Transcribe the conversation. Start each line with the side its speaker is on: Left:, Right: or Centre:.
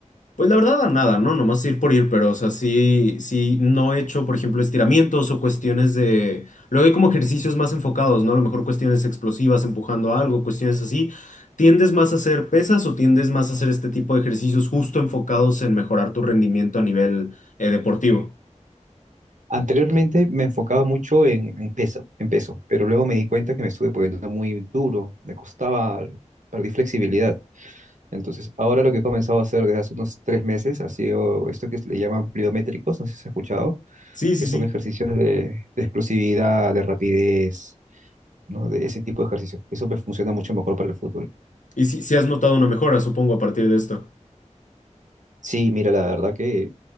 Left: Pues la verdad, a nada, ¿no? Nomás ir por ir, pero, o sea, sí, sí, no he hecho, por ejemplo, estiramientos o cuestiones de... Luego hay como ejercicios más enfocados, ¿no? A lo mejor cuestiones explosivas, empujando algo, cuestiones así. ¿Tiendes más a hacer pesas o tiendes más a hacer este tipo de ejercicios justo enfocados en mejorar tu rendimiento a nivel eh, deportivo?
Right: Anteriormente me enfocaba mucho en, en peso, en peso, pero luego me di cuenta que me estuve poniendo muy duro, me costaba, perdí flexibilidad. Entonces, ahora lo que he comenzado a hacer desde hace unos tres meses ha sido esto que se le llaman pliométricos, no sé si has escuchado,
Left: Sí, sí,
Right: que son
Left: sí.
Right: ejercicios de, de explosividad, de rapidez, ¿no? De ese tipo de ejercicios. Eso me funciona mucho mejor para el fútbol.
Left: Y sí, sí has notado una mejora, supongo, a partir de esto.
Right: Sí, mira, la verdad que